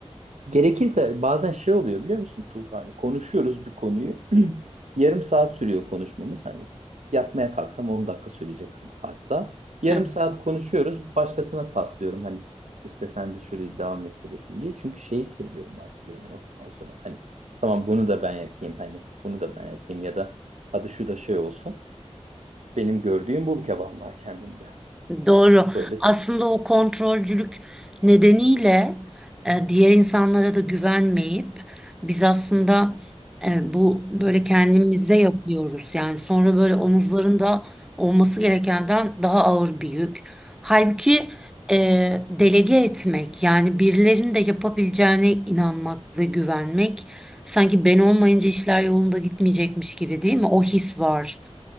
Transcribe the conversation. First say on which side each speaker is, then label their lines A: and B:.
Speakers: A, on the right; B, in the centre.
A: Gerekirse bazen şey oluyor biliyor musun Tuğba? Hani konuşuyoruz bir konuyu. <clears throat> Yarım saat sürüyor konuşmamız. Hani yapmaya kalksam 10 dakika sürecek hani hatta. Yarım
B: Evet.
A: saat konuşuyoruz. Başkasına paslıyorum. Hani s- işte sen de şöyle devam ettiresin diye. Çünkü şey hissediyorum artık belli noktadan sonra. Hani tamam bunu da ben yapayım. Hani bunu da ben yapayım ya da hadi şu da şey olsun. Benim gördüğüm bu bir kere vallahi kendimde.
B: Doğru.
A: Böyle.
B: Aslında o kontrolcülük nedeniyle e, diğer insanlara da güvenmeyip biz aslında e, bu böyle kendimize yapıyoruz. Yani sonra böyle omuzlarında olması gerekenden daha ağır bir yük. Halbuki e, delege etmek yani birilerinin de yapabileceğine inanmak ve güvenmek sanki ben olmayınca işler yolunda gitmeyecekmiş gibi değil mi? O his var.